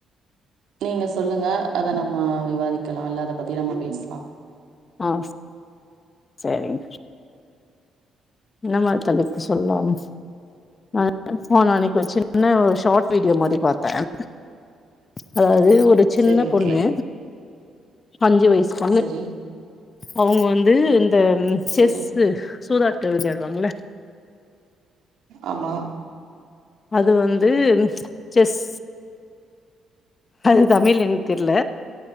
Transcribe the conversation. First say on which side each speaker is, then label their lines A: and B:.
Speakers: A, on the right (about 80°); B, on the left (about 35°).
A: நீங்க சொல்லுங்க அத நம்ம விவாதிக்கலா இல்ல அத பத்தி நம்ம பேசலா
B: ஆஹ் சரிங்க என்ன மாரி தலைப்பு சொல்லாம் நா <unintelligible> ஃபோன்ல அன்னைக்கி சின்ன ஷார்ட் வீடியோ மாரி பார்த்த அதாவது ஒரு சின்ன
A: சரி ஓகே
B: பொண்ணு அஞ்சு வயசுப் பொண்ணு
A: சரி
B: அவங்க வந்து ந்த செஸ்சு
A: சரி
B: சூதாட் ட்ட விளயாடுவாங்கல்ல
A: ஆமா
B: அது வந்து ம்ச் செஸ் அது தமிழ் எனக் தெர்ல